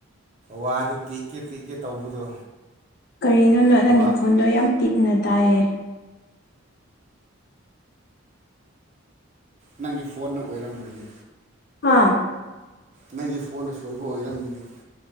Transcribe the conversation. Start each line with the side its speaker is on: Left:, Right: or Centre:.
Right: ꯋꯥꯗꯨ ꯇꯦꯛꯛꯀꯦ ꯇꯦꯛꯀꯦ ꯇꯧꯕꯗꯣ
Left: ꯀꯔꯤꯅꯣꯅꯣ ꯅꯪꯒꯤ
Right: ꯋꯥ
Left: ꯈꯣꯟꯗꯣ ꯌꯥꯝ ꯇꯤꯛꯅ ꯇꯥꯏꯌꯦ
Right: ꯅꯪꯒꯤ ꯐꯣꯟꯅ ꯑꯣꯏꯔꯝꯕꯅꯤ
Left: ꯑꯥ
Right: ꯅꯪꯁ ꯐꯣꯟ ꯑꯁꯣꯏꯕ ꯑꯣꯏꯔꯝꯒꯅꯤ